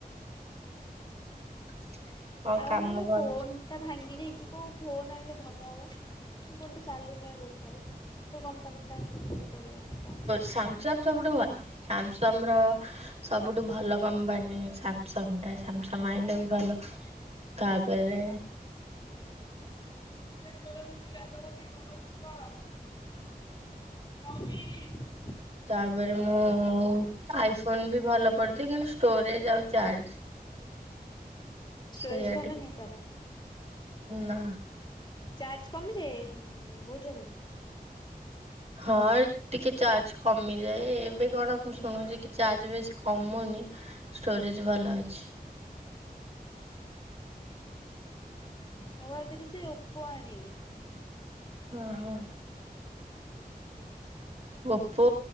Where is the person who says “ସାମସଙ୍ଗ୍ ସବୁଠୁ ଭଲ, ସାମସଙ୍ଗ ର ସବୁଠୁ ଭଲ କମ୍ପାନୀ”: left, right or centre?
Right